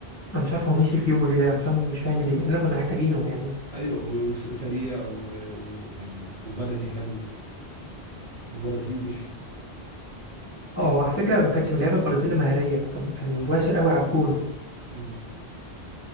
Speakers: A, on the left (about 20°); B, on the right (about 45°).
A: انا مش عارف هو مشي في يوم وليله أنا مش فاهم مش فاهم ليه مع اننا كنا محتاجينه يعني
B: ايوه و- وسريع و- ويعني وبدني حلو وبرازيلي
A: اه على فكره ما كانتش من اللعيبه البرازيل مهاريه كان كان مباشر قوي على الجون
B: <laughs> أمم.